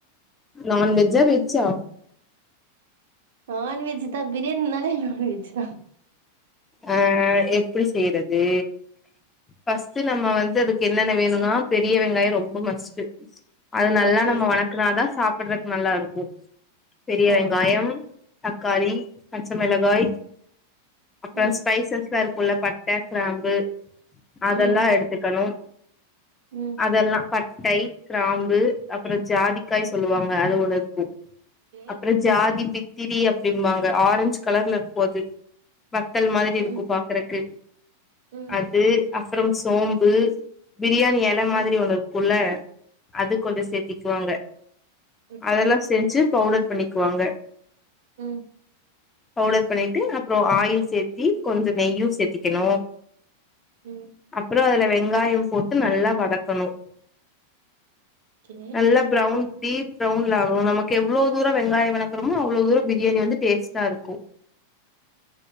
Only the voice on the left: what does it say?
நன்வெஜ் ஆ வெஜ் ஆ
அ அ எப்டி செய்றது ஃபஸ்ட் நம்ம வந்து அதுக்கு என்னென்ன வேணும்னா பெரிய வெங்காயம் ரொம்ப மஸ்டு அது நல்லா
நம்ம வணக்குனாதான் சாப்பிடுறதுக்கு நல்லா இருக்கும் பெரிய
வெங்காயம் தக்காளி பச்சை மிளகாய் அப்பறம்
ஸ்பைசஸ்லாம் இருக்கும் இல்ல பட்ட கிராம்பு அதெல்லா
எடுத்துக்கணும்
அதெல்லா பட்டை கிராம்பு அப்புறம் ஜாதிக்காய் சொல்லுவாங்க அது ஒண்ணு இருக்கும்
அப்புற ச் ஜாதி பித்திரி அப்டிம்பாங்க ஆரஞ்ச் கலர்ல இருக்கும் அது வத்தல் மாதிரி
இருக்கும் பாக்குறக்கு
ட்டு அப்புறம் சோம்பு பிரியாணி எல
மாதிரி ஒண்ணு குல்ல அது கொஞ்ச சேத்திக்குவாங்க
அதெல்லா ஸ் தேன்ச்சி பவுடர் பண்ணிக்குவாங்க
பவுடர் பண்ணிட்டு அப்புறோ ஆயில் சேத்தி கொஞ்ச நெய்யும் சேத்திக்கிணும்
அப்புறோ அதுல வெங்காயம் போட்டு நல்லா வதக்கணும்
நல்லா ப்ரௌன் டீப் ப்ரௌன்வுன்ல ஆகணும் நமக்கு எவ்ளோ தூரம் வெங்காயம் வணக்குறோமோ அவ்வளோ தூரம் பிரியாணி வந்து டேஸ்டா இருக்கும்